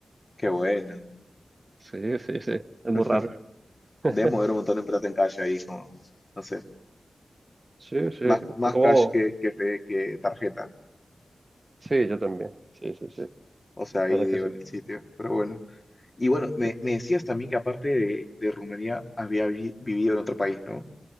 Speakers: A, on the left; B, on the right.
A: Qué bueno.
B: Sí, sí, sí. Es muy
A: <laughs>
B: raro. <laughs>
A: Debe mover un montón de plata en calle ahí, como, no sé.
B: Sí, sí.
A: Más, más
B: Luego,
A: cash que, que, fe- que tarjeta.
B: sí, yo también. Sí, sí, sí. La
A: O sea, ahí
B: verdad
A: digo
B: es que
A: en
B: sí.
A: el sitio. Pero bueno. Y bueno, me,
B: Sí,
A: me decías también que aparte de, de Rumanía había vi- vivido en otro país, ¿no?